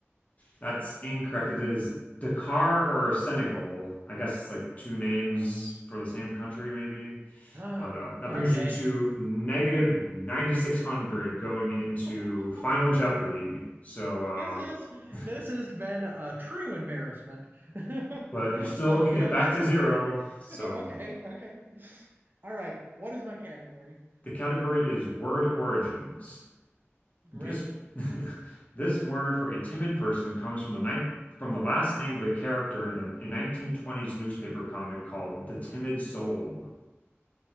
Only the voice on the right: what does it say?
Uh,
<sighs> uh,
okay.
<laughs>
This is
this has been a true embarrassment. <laughs>
But
you know
what?
<laughs> okay, okay. All right. What is my category?
Great.